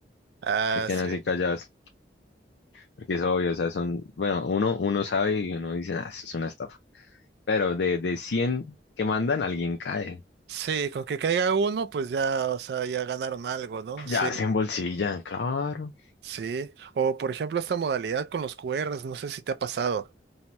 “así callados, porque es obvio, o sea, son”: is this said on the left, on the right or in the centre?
Left